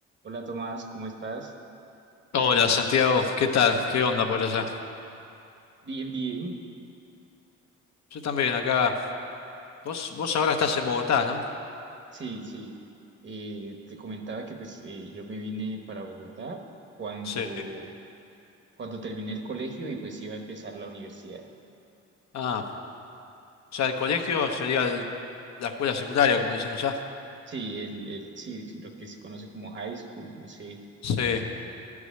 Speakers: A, on the right (about 40°); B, on the left (about 60°).
A: Hola Tomás, ¿cómo estás?
B: Hola Santiago, ¿qué tal? ¿Qué onda por allá?
A: Bien, bien.
B: Yo también acá. Vos, vos ahora estás en Bogotá, ¿no?
A: Sí, sí. Eh, te comentaba que pues eh, yo me vine para Bogotá cuando,
B: Sí.
A: cuando terminé el colegio y pues iba a empezar la universidad.
B: Ah, o sea, el colegio sería el- la escuela secundaria, como dicen allá.
A: Sí, el, el, sí, lo que se conoce como high school, no sé,
B: Sí.